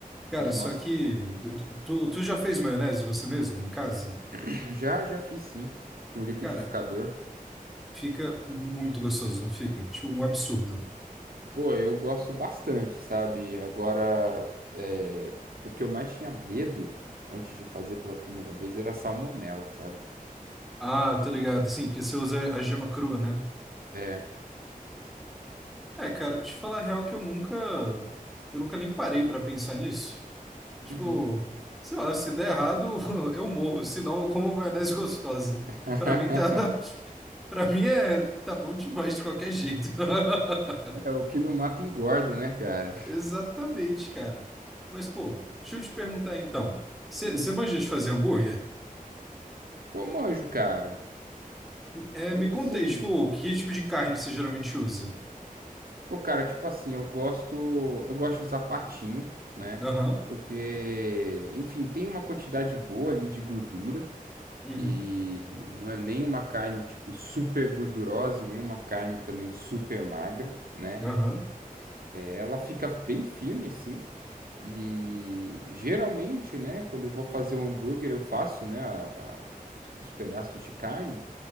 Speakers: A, in the centre; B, on the right (about 80°).
A: Cara,
B: Mas,
A: só
B: nossa,
A: que tu, tu já fez maionese você mesmo em casa?
B: <clears throat> já, já fiz sim, com liquidificador.
A: Cara, fica muito gostoso, não fica? Tipo, um absurdo.
B: Pô, eu gosto bastante, sabe? Agora, é, o que eu mais tinha medo antes de fazer pela primeira vez era salmonela, sabe?
A: Ah, tô ligado. Sim, porque você usa a gema crua, né?
B: É.
A: É, cara, te falar a real que eu nunca, eu nunca nem parei pra pensar nisso. Tipo,
B: Uhum.
A: sei lá, se der errado, <laughs> eu morro, senão eu como maionese gostosa.
B: <laughs>
A: Pra mim tá, <laughs> para mim é tá bom demais de qualquer jeito. <laughs>
B: É, o que não mata engorda, né, cara?
A: Exatamente, cara. Mas, pô, deixa eu te perguntar aí, então. Você
B: Hum.
A: manja de fazer hambúrguer?
B: Pô, manjo, cara.
A: É, me
B: Manjo
A: conta
B: sim.
A: aí, tipo, que tipo de carne você geralmente usa?
B: Pô, cara, tipo assim, eu gosto, eu gosto de usar patinho, né?
A: Aham.
B: Porque, enfim, tem uma quantidade boa ali de gordura
A: Uhum.
B: e não é nem uma carne tipo super gordurosa, e nem uma carne também super magra, né?
A: Aham.
B: Ela fica bem firme assim. E geralmente, né, quando eu vou fazer o hambúrguer, eu faço, né, a- a- os, os pedaços de carne.